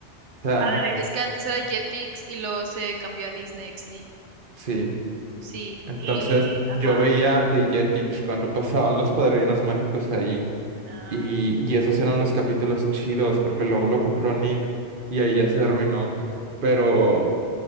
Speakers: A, on the right; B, on the right.
A: O sea,
B: Ándale, Es que antes era Jetix y luego se cambió a Disney XD.
A: sí.
B: Sí,
A: Entonces
B: y ajá.
A: yo veía de Jetix cuando pasaban los padrinos mágicos ahí.
B: ah,
A: Y, y esos eran los capítulos chidos, porque luego lo compró Nick y ahí ya se arruinó. Pero